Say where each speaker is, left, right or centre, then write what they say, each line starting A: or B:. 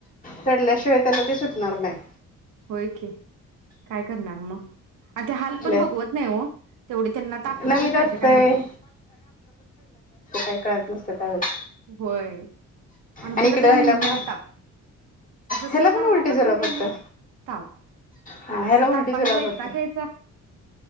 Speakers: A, on the left; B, on the right.
A: चढल्याशिवाय त्याला ते सुटणार नाही
B: होय की काय करणार मग? आणि ते हाल पण
A: ले.
B: बघवत नाही ओ तेवढी त्यांना ताकत
A: नवीन
B: तरी पाहिजे
A: असतंय
B: काय नको
A: काय कळत नसतं त्यावेळेस
B: होय आमच्याला
A: आणि इकडे
B: तर
A: राहिला
B: महिन्याला
A: मग
B: ताप असं
A: ह्याला
B: सण
A: पण
B: आला
A: उलटी
B: म्हटलं
A: जुलाब
B: कनी
A: होतं
B: ताप
A: हा ह्याला
B: असं
A: उलटी
B: तापनं
A: जुलाब
B: वैताग
A: होतं
B: यायचा